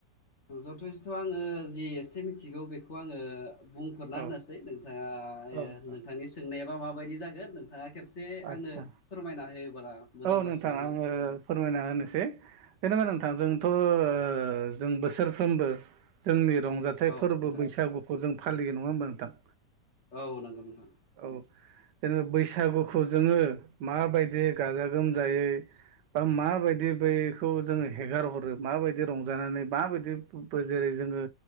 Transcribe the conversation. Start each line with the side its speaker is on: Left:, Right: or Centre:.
Left: जथेस्थ' आङो जि एसे मिथिगौ बेखौ आङो। बुंफोरना
Right: औ
Left: होनोसै नोंथाङा
Right: औ
Left: ओ
Right: नोंथां
Left: नोंथांनि सोंनायाबा माबायदि जागोन नों। थांआ खेबसे
Right: आदसा
Left: आंनो फोरमायना होयोबोला। मोजां
Right: औ
Left: जासिगोन
Right: नोंथां आङो
Left: आरो
Right: फोरमायना होनोसै जेनेबा नोंथां जोंथ' ओ जों बोसोरफ्रोमबो जोंनि रंजाथाइ
Left: औ
Right: फोरबो
Left: नोंथां
Right: बैसागुखौ जों फालि नङा होमबा नोंथां।
Left: औ नंगौ नोंथां।
Right: औ जेनेबा बैसागुखौ जोङो माबायदि गाजा गोमजायै। बा माबायदि बखौ जोङो हेगार हरो माबायदि रंजानानै माबायदि जेरै जोङो